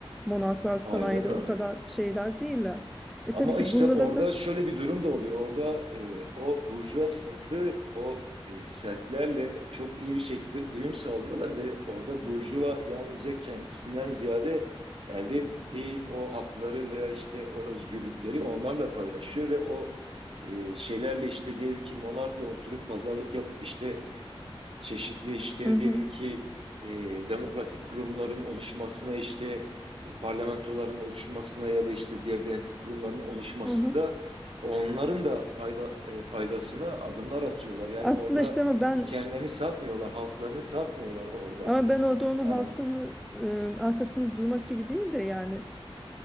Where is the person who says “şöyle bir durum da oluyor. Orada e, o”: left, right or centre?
Right